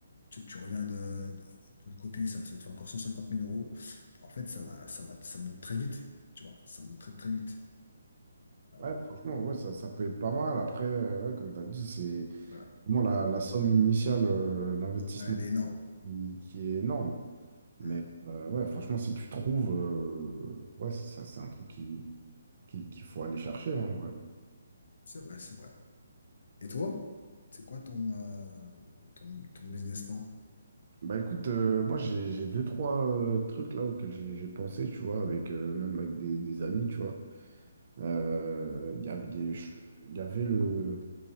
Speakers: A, on the left; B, on the right.
A: tu, tu reviens de, de, de l'autre côté, ça, ça te fait encore cent cinquante mille euros. Bon, En fait, ça va, ça va, ça monte très vite, tu vois, ça monte très, très vite. Euh,
B: Ouais, franchement, ouais, ça, ça peut être pas mal. Après, euh, ouais, comme tu as dit, c'est
A: voilà,
B: vraiment la, la somme initiale, euh, l'investissement
A: Ouais, elle est énorme.
B: qui, qui est énorme. Mais
A: Hmm.
B: euh, ouais, franchement, si tu trouves, euh, ouais, ça, c'est un truc qui, qui, qu'il faut aller chercher, hein, en vrai.
A: C'est vrai, c'est vrai. Et toi, c'est quoi ton, euh, ton, ton business plan?
B: Bah écoute, euh, moi j'ai j'ai deux, trois euh, trucs là auxquels j'ai j'ai pensé, tu vois, avec euh, même avec des, des amis, tu vois. Euh, Il y avait, il y a- je- il y avait le.